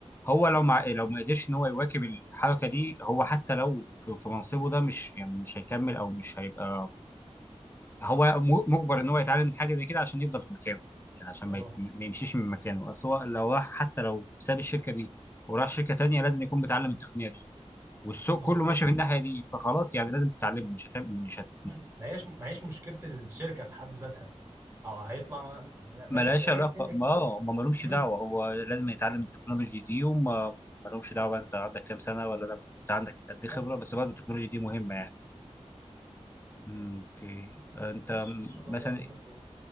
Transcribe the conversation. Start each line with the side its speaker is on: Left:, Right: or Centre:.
Left: هو لو مع لو ما قدرش ان هو يواكب الحركه دي هو حتى لو في, في منصبه ده مش يعني مش هيكمل او مش هيبقى هو م- مجبر ان هو يتعلم حاجه زي كده عشان يفضل في مكانه يعني عشان ما,
Right: اه
Left: يت- ما يمشيش من مكانه اصل هو لو راح حتى لو ساب الشركه دي وراح شركه تانيه لازم يكون بيتعلم التقنيه دي والسوق
Right: مظبوط
Left: كله ماشي في الناحيه دي فخلاص يعني لازم تتعلمه مش هتعمل مش هت...
Right: أمم، ما هيش ما هيش مشكله الشركه في حد ذاتها أو هيطلع نفس
Left: ملهاش
Right: اللي هي
Left: علاقة
Right: الدنيا
Left: ما
Right: كده
Left: ما مالهمش
Right: امم
Left: دعوة هو لازم يتعلم التكنولوجي دي وما مالهمش دعوة بقى أنت عندك كام سنة ولا أنا أنت عندك قد إيه
Right: بالظبط
Left: خبرة بس برضه التكنولوجي دي مهمة يعني أمم، أوكي آه، أنت
Right: بس
Left: م-
Right: ان شاء الله
Left: مثلا
Right: بقدم في خير